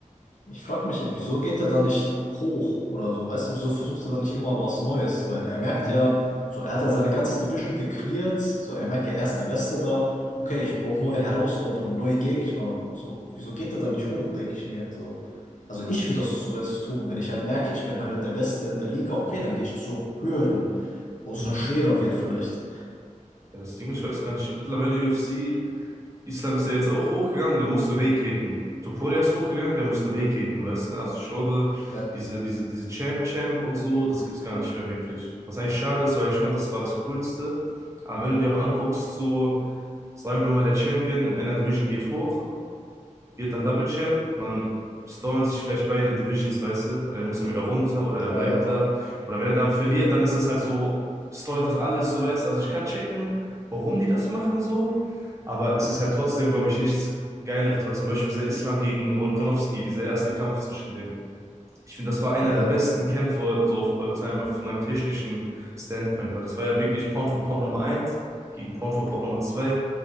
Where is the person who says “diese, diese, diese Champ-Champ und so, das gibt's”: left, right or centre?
Right